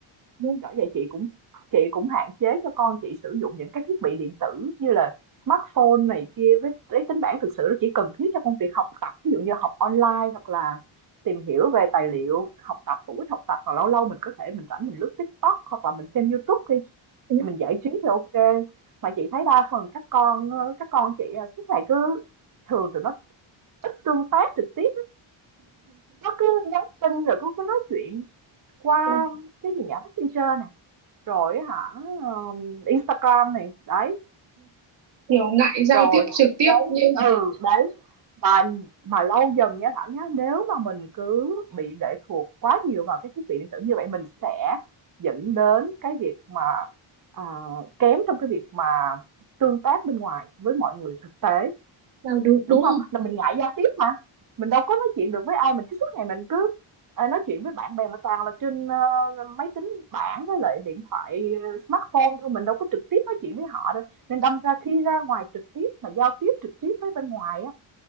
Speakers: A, on the right; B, on the right.
A: Ừ.
B: Bởi vậy chị cũng chị cũng hạn chế cho con chị sử dụng những cái thiết bị điện tử như là smartphone này kia với lấy tính bảng thực sự nó chỉ cần thiết cho công việc học tập, ví dụ như học online hoặc là tìm hiểu về tài liệu học tập hữu ích học tập hoặc lâu lâu mình có thể mình rảnh mình lướt TikTok hoặc là mình xem YouTube đi
A: Ừ.
B: thì mình giải trí thì ok mà chị thấy đa phần các con các con chị à, suốt ngày cứ thường tụi nó ít tương tác trực tiếp nó cứ nhắn tin rồi cứ, cứ nói chuyện qua
A: <laughs>
B: cái gì nhỉ messenger nè rồi hả, ờm, Instagram này, đấy,
A: kiểu ngại giao
B: rồi
A: tiếp trực tiếp
B: đấy,
A: như
B: ừ, đấy. Và mà lâu dần nha Thảo nhá, nếu mà mình cứ bị lệ thuộc quá nhiều vào cái thiết bị điện tử như vậy mình sẽ dẫn đến cái việc mà ờ, kém trong cái việc mà tương tác bên ngoài với mọi người thực tế.
A: Đâu, đúng đúng
B: Đúng
A: rồi
B: không Là mình ngại giao tiếp mà, mình đâu có nói chuyện được với ai, mình cứ suốt ngày mình cứ, ờ, nói chuyện với bạn bè mà toàn là trên, ơ, máy tính bảng với lại điện thoại, ờ, smartphone thôi, mình đâu có trực tiếp nói chuyện với họ đâu. Nên đâm ra khi ra ngoài trực tiếp mà giao tiếp trực tiếp với bên ngoài á,